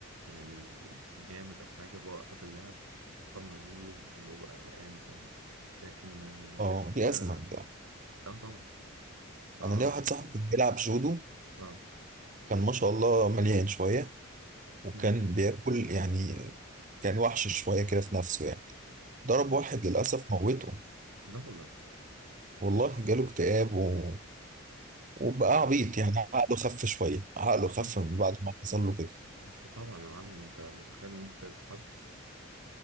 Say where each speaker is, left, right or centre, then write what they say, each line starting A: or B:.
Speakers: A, on the right; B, on the right.
A: يعني جامد او حاجة بوقف اللعب واطمن عليه وببقى قلقان فاهم لكن آه، غير
B: اه
A: كده
B: دي أزمة ده
A: اه طبعا اه
B: أنا ليا واحد
A: اه
B: صاحبي بيلعب جودو
A: اه
B: كان ما شاء الله مليان شوية وكان
A: مم.
B: بياكل يعني كان وحش شوية كده في نفسه يعني ضرب
A: مم.
B: واحد للأسف موته
A: لا والله
B: والله جاله اكتئاب و... وبقى
A: يا ساتر
B: عبيط
A: يا رب.
B: يعني عقله خف شوية عقله
A: لا
B: خف
A: طبعا
B: من بعد ما حصل له كده
A: اصل طبعا يا معلم انت متخيل ان انت تقتل حد